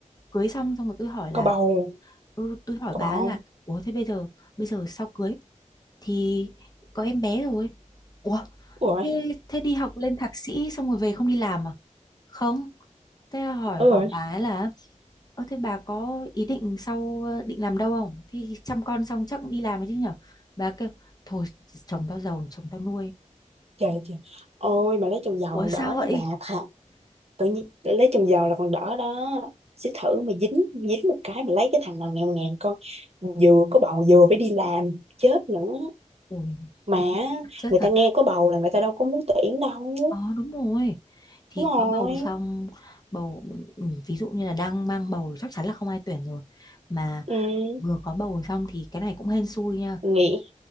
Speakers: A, on the left; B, on the right.
A: cưới xong xong rồi tôi hỏi là
B: có bầu
A: ừ, tôi hỏi
B: có
A: bà
B: bầu không
A: là ủa thế bây giờ bây giờ sau cưới thì có em bé rồi ủa
B: Ủa rồi
A: Thế, thế đi học lên thạc sĩ xong rồi về không đi làm à? Không. Thế là hỏi
B: Ủa
A: hỏi
B: rồi
A: bà ấy là Ơ thế bà có ý định sau ờ, định làm đâu không? Thì chăm con xong chắc cũng đi làm đấy chứ nhở? Bà kêu thôi chồng tao giàu chồng tao nuôi.
B: trời trời ôi mà lấy chồng giàu
A: Ủa
B: còn
A: sao
B: đỡ
A: vậy?
B: nha bà thà tự nhiên lấy chồng giàu là còn đỡ đó sẽ thử mà dính dính một cái mà lấy cái thằng nào nghèo ngàn con vừa có bầu vừa phải đi làm chết nữa
A: Ui
B: mà
A: thế thì chắc chết
B: người
A: thật
B: ta nghe
A: á.
B: có bầu là người ta đâu có muốn tuyển đâu
A: Ờ đúng rồi. Thì
B: đúng rồi
A: có bầu xong bầu ừ, ví dụ như là đang mang bầu chắc chắn là không ai tuyển rồi. Mà
B: ừ
A: vừa có bầu xong thì cái này cũng hên xui nha.
B: nghỉ